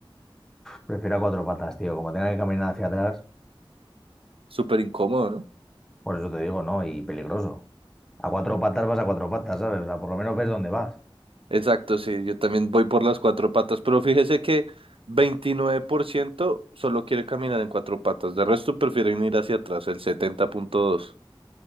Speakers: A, in the centre; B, on the right (about 75°).
A: prefiero a cuatro patas, tío. Como tenga que caminar hacia atrás,
B: Súper incómodo, ¿no?
A: por eso te digo, ¿no? Y peligroso. A cuatro patas vas a cuatro patas, ¿sabes? O sea, por lo menos ves dónde vas.
B: Exacto, sí, yo también voy por las cuatro patas, pero fíjese que 29% solo quiere caminar en cuatro patas, de resto prefieren ir hacia atrás, el setenta punto dos.